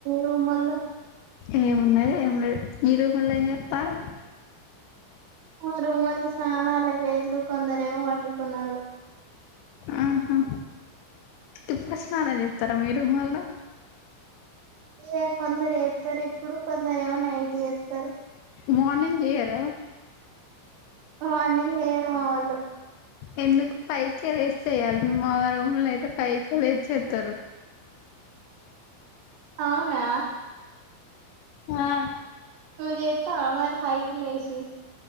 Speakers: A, on the right; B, on the left.
A: రూమొళ్ళు
B: ఏమున్నది ఏం లేదు మీ రూమోళ్ళు ఏం చెత్తారు
A: మా రూమ్ వోల్లు స్నానలకు వొయేలు కొందరేమో పడుకున్నారు
B: ఆహా ఇప్పుడు స్నానం చేత్తరా మీ రూమోళ్ళు
A: ఇగ కొందరు ఏత్తారు ఇప్పుడు కొందరేమో నైట్ చెత్తారు
B: మార్నింగ్ జెయ్యరా
A: మార్నింగ్ జెయ్యరు మా వోల్లు
B: ఎందుకు ఫైవ్ కే లేసి చెయ్యాలి మా రూమ్ లా అయితే ఫైవ్ కే లేసి చేత్తరు
A: అవునా
B: ఆ
A: నువ్వు చేత్తావా మరి ఫైవ్ కి లేసి